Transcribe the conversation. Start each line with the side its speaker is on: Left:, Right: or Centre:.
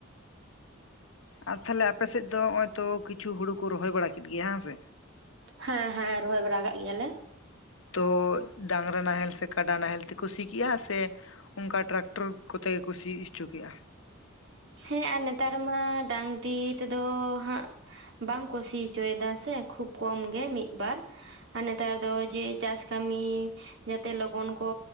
Left: ᱟᱨ ᱛᱟᱦᱞᱮ ᱟᱯᱮᱥᱮᱫ ᱫᱚ ᱚᱸᱜ-ᱚᱭ ᱛᱚ ᱠᱤᱪᱷᱩ ᱦᱩᱲᱩ ᱠᱩ ᱨᱚᱦᱚᱭ ᱵᱟᱲᱟ ᱠᱮᱫ ᱜᱮᱭᱟ ᱦᱮᱸ ᱥᱮ᱾
Right: ᱦᱮᱸ ᱦᱮᱸ ᱨᱚᱦᱚᱭ ᱵᱟᱲᱟ ᱠᱟᱜ ᱜᱮᱭᱟᱞᱮ᱾
Left: ᱛᱚ ᱰᱟᱸᱝᱨᱟ ᱱᱟᱦᱮᱞ ᱥᱮ ᱠᱟᱰᱟ ᱱᱟᱦᱮᱞ ᱛᱮᱠᱚ ᱥᱤ ᱠᱮᱜ-ᱟ ᱥᱮ᱾ ᱚᱱᱠᱟ ᱴᱨᱟᱠᱴᱚᱨ ᱠᱚᱛᱮ ᱜᱮᱠᱚ ᱥᱤ ᱩᱪᱩ ᱠᱮᱜ-ᱟ᱾
Right: ᱦᱮᱸ ᱟᱨ ᱱᱮᱛᱟᱨ ᱢᱟ ᱰᱟᱸᱝᱨᱤ ᱛᱮᱫᱚ ᱦᱟᱸᱜ᱾ ᱵᱟᱝ ᱠᱚ ᱥᱤ ᱦᱚᱪᱚᱭᱮᱫᱟ ᱥᱮ ᱠᱷᱩᱵ ᱠᱚᱢ ᱜᱮ ᱢᱤᱫ ᱵᱟᱨ᱾ ᱟᱨ ᱱᱮᱛᱟᱨ ᱫᱚ ᱡᱮ ᱪᱟᱥ ᱠᱟᱢᱤ᱾ ᱡᱟᱛᱮ ᱞᱚᱜᱚᱱ ᱠᱚ